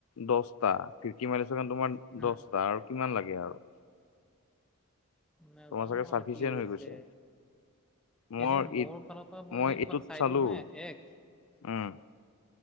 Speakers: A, on the left (about 80°); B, in the centre.
A: দছটা ফিফটি মাইলেছৰ কাৰণে, তোমাৰ
B: উম
A: দছটা আৰু কিমান লাগে আৰু?
B: নাজানো
A: তোমাৰ চাগে চাফিচিয়েন
B: আৰু কি হৈছে
A: হৈ গৈছে। মই
B: এনেই মোৰ
A: এই,
B: ফালৰ পৰা
A: মই
B: এনেই তোমাক
A: এইটোত
B: চাই
A: চালোঁ।
B: দিওঁ হা এক
A: উম।